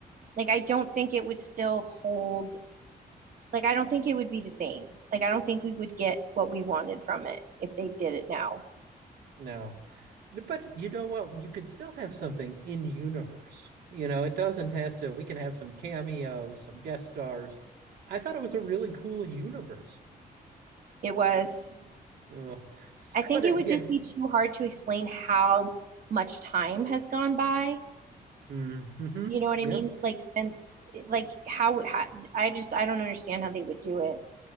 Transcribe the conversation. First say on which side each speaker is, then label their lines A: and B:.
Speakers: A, on the right (about 60°); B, on the right (about 85°).
A: like i don't think it would still hold like i don't think it would be the same like i don't think we would get what we wanted from it if they did it now
B: No. But you know what? You could still have something in universe. You know, it doesn't have to, we can have some cameos, some guest stars. I thought it was a really cool universe.
A: it was
B: Ugh.
A: i think
B: But it,
A: it would
B: yeah,
A: just be too hard to explain how much time has gone by
B: mm-hmm,
A: You know what
B: yep.
A: I mean? Like since like how, how I just I don't understand how they would do it.